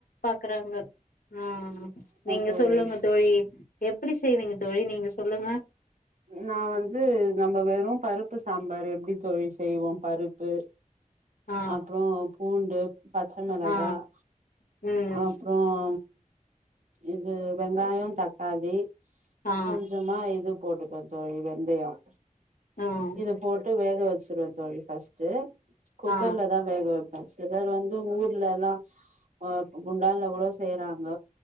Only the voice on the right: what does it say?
தோழி
நா வந்து நம்ம வெறும் பருப்பு சாம்பார் எப்டி தோழி செய்வோம் பருப்பு
அப்புறம் பூண்டு பச்ச மிளகாய்
அப்புறம் இது வெங்காயம் தக்காளி
கொஞ்சமா இது போட்டுக்குவேன் தோழி வெந்தயம்
இது போட்டு வேக வச்சுருவ தோழி ஃபஸ்ட்டு குக்கர்ல
தான் வேக வைப்பேன் சிலர் வந்து ஊர்லல்லாம் அஹ் குண்டால்ல கூட செய்யறாங்க